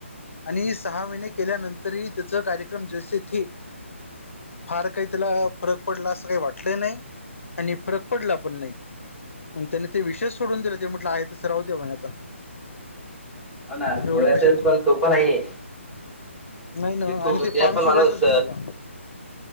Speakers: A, on the left (about 65°); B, in the centre.
A: आणि सहा महिने केल्यानंतरही त्याच कार्यक्रम जेसे थे फार काही त्याला फरक पडला असं काही वाटलंही नाही आणि फरक पडला पण नाही मग त्यान ते विषय सोडून दिला ते म्हटलं आहे तसं राहु दे म्हणे आता
B: हो ना
A: एवढे
B: <inaudible> पण
A: पैसे
B: सोप नाही आहे
A: नाही ना
B: जे खवल
A: आणि ते
B: त्या
A: पाम
B: पण माणूस
A: सुरायच होत त्याला